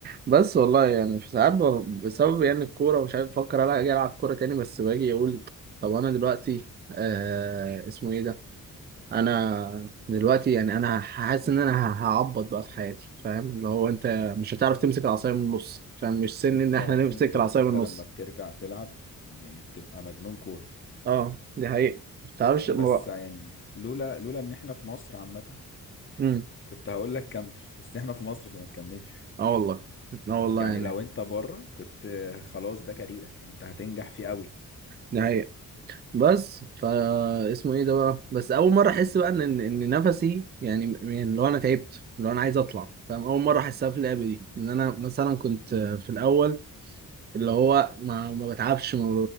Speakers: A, on the right; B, on the left.
A: بس والله يعني في ساعات ب- بسبب يعني الكوره ومش عارف بفكر الا اجي العب كوره تاني بس باجي اقول طب انا دلوقتي آه اسمه ايه ده انا دلوقتي يعني انا حاسس ان انا ه- هعبط بقى في حياتي فاهم اللي هو انت مش هتعرف تمسك العصايه من النص فاهم مش سن
B: انت
A: ان احنا
B: انت
A: نمسك
B: انت
A: العصايه من النص
B: لما بترجع تلعب يعني بتبقى مجنون كوره
A: اه دي حقيقة ما بتعرفش
B: بس
A: ما
B: يعني لولا لولا ان احنا في مصر عامه
A: امم
B: كنت هقول لك كمل بس احنا في مصر فما تكملش
A: اه والله اه والله
B: يعني
A: يعني
B: لو انت بره كنت خلاص ده كاريرك انت هتنجح فيه قوي
A: دي حقيقة بس فا اسمه ايه ده بقى بس اول مره احس بقى ان ان إن نفسي يعني يعني اللي هو انا تعبت اللي هو انا عايز اطلع فاهم اول مره احسها في اللعبه دي ان انا مثلا كنت في الاول اللي هو ما ما بتعبش ما